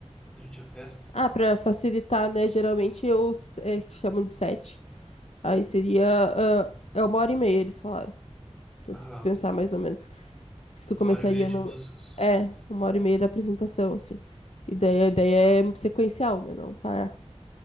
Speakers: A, in the centre; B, on the left.
A: durante a festa.
B: Ah, para facilitar, né? Geralmente eu s- é, que chamam de set. Aí seria ah, é uma hora e meia, eles falaram. Tu,
A: Aham,
B: tu pensar mais ou menos se tu
A: uma
B: começaria
A: hora e meia de
B: num,
A: músicos.
B: é, uma hora e meia da apresentação, assim. E daí a ideia é sequencial, né? Não parar.